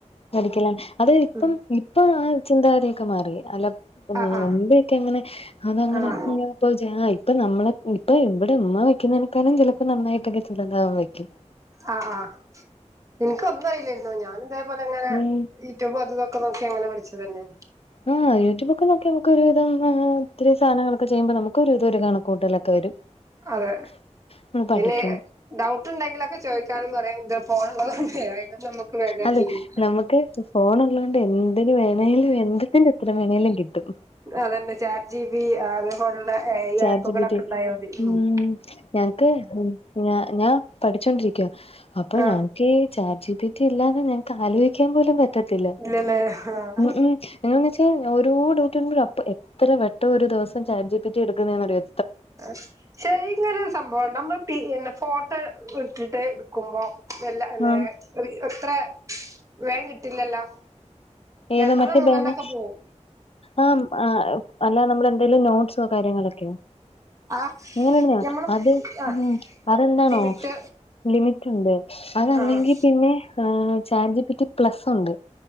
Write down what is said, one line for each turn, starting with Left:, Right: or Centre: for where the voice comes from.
Left: പഠിക്കലാണ് അത് ഇപ്പം
Right: ഉം
Left: ഇപ്പ ആ ചിന്താഗതിയൊക്കെ മാറി അലം ഉ
Right: ആഹ്
Left: മ്
Right: ആഹ്
Left: മ്പയൊക്കെ അങ്ങനെ അതങ്ങനെ.
Right: ആഹ്
Left: <unintelligible> ഇപ്പൊ ജെ ആ ഇപ്പൊ നമ്മളെ ഇപ്പൊ ഇവിടെ ഉമ്മ വെക്കുന്നതിനേക്കാളും ചിലപ്പോ നന്നായിട്ടൊക്കെ ചിലപ്പൊ ഞാൻ വെയ്ക്കും.
Right: ആ് ആഹ ഇൻക്ക് ഒന്നും അറിയില്ലായിരുന്നു. ഞാനും ഇതേപോലെ ഇങ്ങനെ.
Left: ഉം
Right: യു ട്യൂബും അതും ഇതൊക്കെ നോക്കി അങ്ങനെ പഠിച്ചതന്നെ.
Left: ആ യൂട്യൂബ് ഒക്കെ നോക്കി നമുക്ക് ഒരുവിധം ആ ഒത്തിരി സധനങ്ങളൊക്കെ ചെയ്യുമ്പോ നമുക്ക് ഒരു വിധം കണക്കൂട്ടലൊക്കെ വരും.
Right: അതെ
Left: നമ്മള്
Right: പിന്നെ
Left: പഠിക്കും
Right: ഡൗട്ട് ണ്ടെങ്കിലൊക്കെ ചോദിക്കാനും പറയാനും ദ ഫോൺ ള്ളതോണ്ട് അയിനൊന്നു നമുക്ക് ബേചാറില്ലേനു.
Left: അതെ നമുക്ക് ഫോൺള്ളോണ്ട് എന്തിന് വേണേലും എന്ത ത്തിന്റെ ഉത്തരം വേണേലും കിട്ടും.
Right: അതന്നെ ചാറ്റിബി അതെ. പോല്ള്ള A I
Left: chat
Right: ആപ്പുകളൊക്കെ
Left: G P T
Right: ഉണ്ടായപ്പൊയേക്കും
Left: ഉം ഞങ്ങക്ക് ഞ ഞാം പഠിച്ചോണ്ടിരിക്ക്യാ അപ്പ
Right: ആഹ്
Left: ഞാ ചാറ്റ് ജിപിറ്റി ഇല്ലാതെ നമുക്ക് ആലോചിക്കാൻ പോലും പറ്റത്തില്ല
Right: ഇല്ലല്ലേ ആഹ്
Left: മ് മ് എന്താന് വെച്ചാ ഓരോ ഡൌട്ട് വരുമ്പോ അപ്പ എത്ര വെട്ടം ഒര് ദിവസം ചാജിബിറ്റി എട്ക്ക്ന്നൂന്നറിയോ
Right: ആ ശരി ഇങ്ങനൊര് സംഭവണ്ടോ നമ്മള് പി ഫോട്ടോ ഇട്ട്ട്ട് ഇട്ക്കുമ്പോ എല്ല ലെ
Left: ആഹ്
Right: റീ എത്ര വേഗം കിട്ടില്ലല്ലോ
Left: ഏതാ
Right: രണ്ടെണ്ണം
Left: മറ്റേ
Right: മൂന്നെണ്ണം
Left: ബേന
Right: ഒക്കെ പോവും
Left: ആഹ് ആഹ് അല്ലാ നമ്മളെന്തേലും നോട്സോ കാര്യങ്ങളൊക്കെയോ
Right: ആഹ്
Left: അങ്ങനെന്നാ
Right: ഞമ്മള്
Left: അത്
Right: ആഹ്
Left: മ് അതെന്താനോ
Right: ലിമിറ്റ്
Left: ലിമിറ്റുണ്ട് അതല്ലെങ്കിപിന്നെ
Right: ആഹ്
Left: ചാർജിബിറ്റി പ്ലസൊണ്ട്